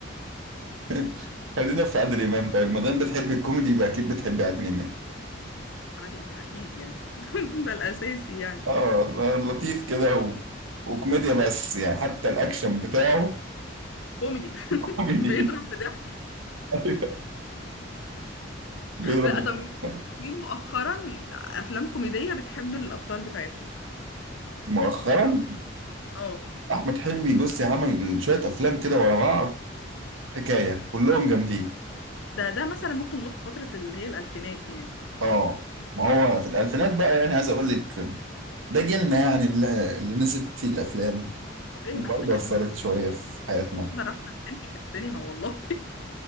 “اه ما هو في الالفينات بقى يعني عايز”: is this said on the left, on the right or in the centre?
Right